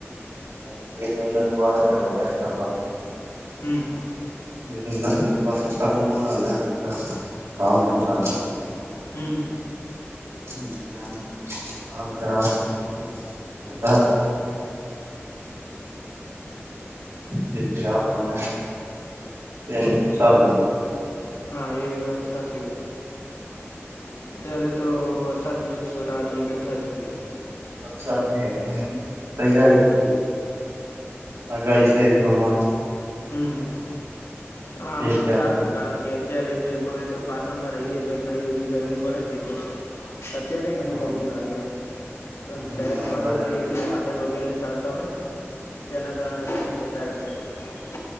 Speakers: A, on the right; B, on the left.
A: <unintelligible> ડન નું વાવેતર <unintelligible> વધારે કરવાનુ
B: હમ્મ
A: <unintelligible> સારુ, મળ અને હા પણ સારા
B: હમ્મ
A: મહલાનું વાવેતર વતે થોડું વધાર છે જે કે આપણને બેનિફિટ સારું મળે
B: હા એ વાત સાચી ગઈ અત્યારે તો વરસાદની બસ છ જોઈ બેઠે છીએ
A: વરસાદની હવે તૈયારી છે આગઈ છે એ પ્રમાણ
B: હમ હા
A: બે
B: એ
A: ચાર
B: તો સારું
A: દી
B: કારણ કે અત્યારે જે અમે તો પાટણમાં રહીએ એટલે ઘણી બધી ગરમી પડે છે એકદમ અત્યારે ઘણી
A: હા
B: ગરમી લાગે આ કારણ
A: પબ્લિકને
B: કે શહેરોમાં
A: અત્યારે
B: તો જે સાધન વગેરે ચાલતા હોય તેના કારણે ગરી વધારે પડે